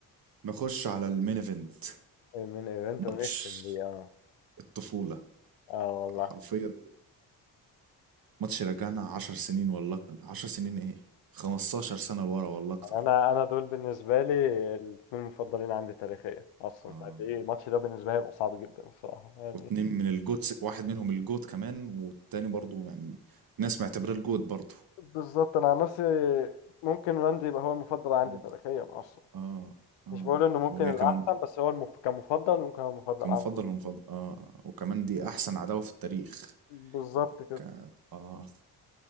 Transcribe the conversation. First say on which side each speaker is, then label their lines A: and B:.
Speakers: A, on the right; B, on the left.
A: نخش على المين ايفنت
B: من ايفنت
A: ماتش
B: ونختم بيه اه
A: الطفولة
B: اه والله
A: حرفيا ماتش رجعنا عشر سنين والله عشر سنين ايه 15 سنة لورا والله اكتر
B: يعني انا انا دول بالنسبة لي الاتنين المفضلين عندي تاريخيا اصلا
A: اه
B: قد ايه الماتش ده بالنسبة لي هيبقى صعب جدا الصراحة يعني
A: واتنين من الجوت واحد منهم الجوت كمان والتاني برضو يعني ناس معتبراه الجوت برضو
B: بالظبط انا عن نفسي ممكن راندي يبقى هو المفضل عندي
A: مم.
B: تاريخيا اصلا
A: اه اه
B: مش بقول انه ممكن
A: وهي
B: الاحسن
A: كمان
B: بس هو المف... كمفضل ممكن هو المفضل
A: كمفضل
B: عندي
A: ومفضل اه وكمان دي احسن عداوة في التاريخ
B: بالظبط
A: ك... اه